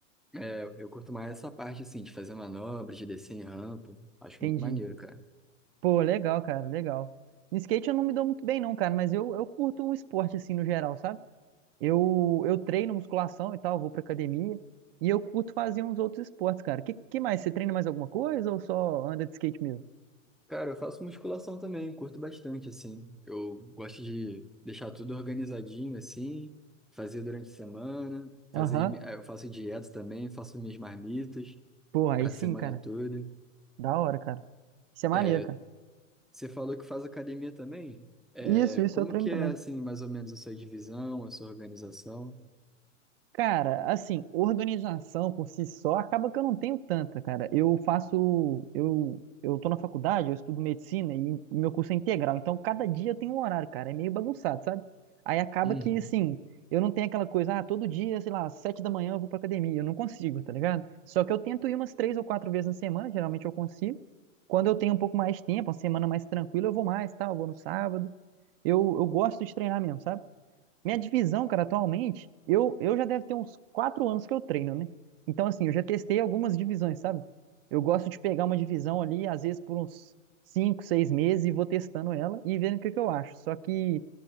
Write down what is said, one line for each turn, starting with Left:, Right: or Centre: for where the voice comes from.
Centre: É, eu curto mais essa parte, assim, de fazer manobras, de descer em rampa. Acho
Right: Entendi.
Centre: muito maneiro, cara.
Right: Pô, legal, cara, legal. No skate eu não me dou muito bem, não, cara, mas eu, eu curto o esporte, assim, no geral, sabe? Eu, eu treino musculação e tal, vou pra academia. E eu curto fazer uns outros esportes, cara. Que, que mais? Você treina mais alguma coisa ou só anda de skate mesmo?
Centre: Cara, eu faço musculação também, curto bastante, assim. Eu gosto de deixar tudo organizadinho, assim, fazer durante a semana, fazer,
Right: Aham.
Centre: as mi- eh, eu faço dieta também, faço minhas marmitas
Right: Porra, aí
Centre: para
Right: sim,
Centre: a semana
Right: cara.
Centre: toda.
Right: Da hora, cara. Isso é maneiro,
Centre: É,
Right: cara.
Centre: Você falou que faz academia também? É,
Right: Isso, isso
Centre: como
Right: eu treino
Centre: que
Right: também.
Centre: é, assim, mais ou menos a sua divisão, a sua organização?
Right: Cara, assim, organização por si só acaba que eu não tenho tanta, cara. Eu faço, eu, eu tô na faculdade, eu estudo medicina e o meu curso é integral, então cada dia eu tenho um horário, cara. É meio bagunçado, sabe? Aí acaba
Centre: Uhum.
Right: que, assim, eu não tenho aquela coisa, ah, todo dia, sei lá, às sete da manhã eu vou pra academia. Eu não consigo, tá ligado? Só que eu tento ir umas três ou quatro vezes na semana, geralmente eu consigo. Quando eu tenho um pouco mais de tempo, uma semana mais tranquila, eu vou mais, tal, eu vou no sábado. Eu, eu gosto de treinar mesmo, sabe? Minha divisão, cara, atualmente, eu, eu já deve ter uns quatro anos que eu treino, né? Então, assim, eu já testei algumas divisões, sabe? Eu gosto de pegar uma divisão ali, às vezes por uns cinco, seis meses, e vou testando ela e vendo o que que eu acho. Só que,